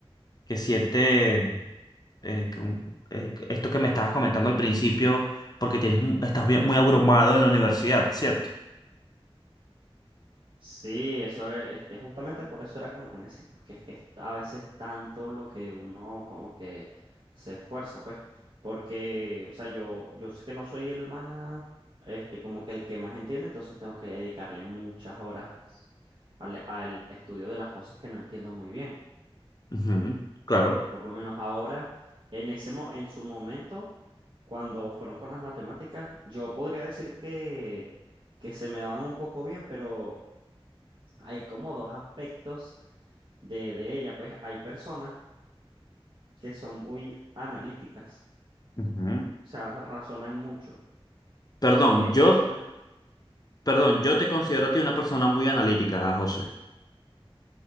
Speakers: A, on the left; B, on the right.
A: que siete, eh, que un- eh, que esto que me estabas comentando al principio, porque tienes, mu- estás bien- muy abrumado en la universidad, ¿cierto?
B: Sí, eso es, este, justamente por eso era que me ponía así, porque es que es a veces tanto lo que uno como que se esfuerza, pues, porque, o sea, yo, yo sé que no soy el más, este, como que el que más entiende, entonces tengo que dedicarle muchas horas al, al estudio de las cosas que no entiendo muy bien.
A: Ujú, claro.
B: Por lo menos ahora, en ese, mo- en su momento, cuando fueron con las matemáticas, yo podría decir que, que se me daban un poco bien, pero hay como dos aspectos de, de ella, pues hay personas que son muy analíticas,
A: Ujú.
B: o sea, razonan mucho.
A: Perdón,
B: Y hay
A: yo,
B: personas,
A: perdón, yo te considero a ti una persona muy analítica, José.